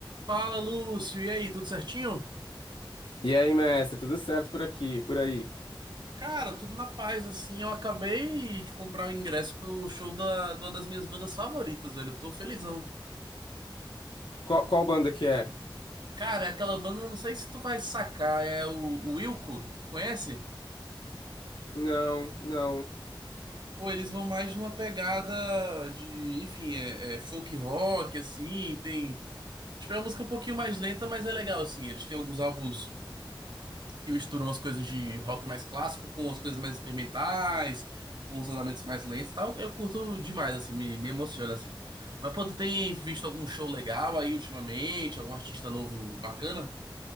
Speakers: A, on the right (about 60°); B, on the left (about 70°).
A: Fala, Lúcio. E aí, tudo certinho?
B: E aí, mestre, tudo certo por aqui, por aí?
A: Cara, tudo na paz, assim. Eu acabei de comprar o ingresso pro show da, de uma das minhas bandas favoritas, velho. Eu tô felizão.
B: Qual, qual banda que é?
A: Cara, aquela banda, não sei se tu vai sacar, é o, o Wilco. Tu conhece?
B: Não, não.
A: Pô, eles vão mais numa pegada de, enfim, é, é folk rock, assim. Tem. Tipo, é uma música um pouquinho mais lenta, mas é legal, assim. Eles têm alguns álbuns. que mistura umas coisas de rock mais clássico com umas coisas mais experimentais, com os andamentos mais lentos e tal. Eu curto demais, assim, me, me emociona, assim. Mas, pô, tu tem visto algum show legal aí ultimamente? Algum artista novo bacana?